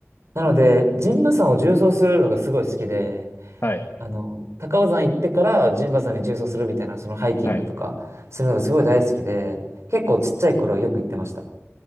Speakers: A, on the right; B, on the left.
A: なので、陣馬山を縦走するのがすごい好きで、
B: はい、
A: あの、高尾山行ってから陣馬山に縦走するみたいな、そのハイキングとか、
B: はい。
A: するのがすごい大好きで、結構ちっちゃい頃はよく行ってました。